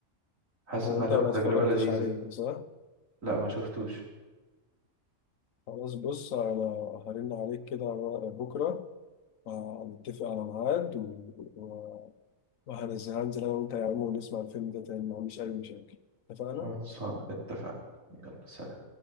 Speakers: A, on the right; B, on the left.
A: حاسس
B: هو
A: إنها
B: أنت
A: هتبقى
B: ما
A: تجربة
B: اتفرجتش
A: لذيذة
B: عليه صح؟
A: لا ما شفتوش
B: خلاص بص أنا هرن عليك كده على ورقة بكرة هنتفق على ميعاد و... و... وهنزل هنزل انا وانت يا عم ونسمع الفيلم ده تاني ما عنديش اي مشاكل اتفقنا
A: خلاص اتفقنا يلا سلام